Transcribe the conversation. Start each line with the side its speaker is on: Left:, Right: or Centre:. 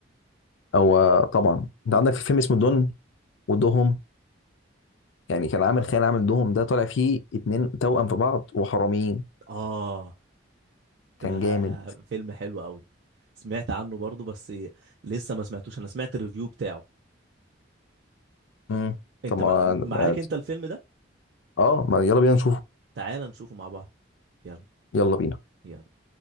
Left: هو طبعا انت عندك في فيلم اسمه دون ودهم يعني كان عامل خيال عامل دهم ده طالع فيه اتنين توأم في بعض وحراميين
Right: اه
Left: كان
Right: ده
Left: جامد
Right: فيلم حلو قوي سمعت عنه برضه بس لسه ما سمعتوش انا سمعت الريفيو بتاعه
Left: امم
Right: انت
Left: طب ما
Right: مع... معاك
Left: ما-
Right: انت الفيلم ده
Left: اه آه، ما يلا بينا نشوفه
Right: تعال نشوفه مع بعض يلا
Left: يلا بينا
Right: يلا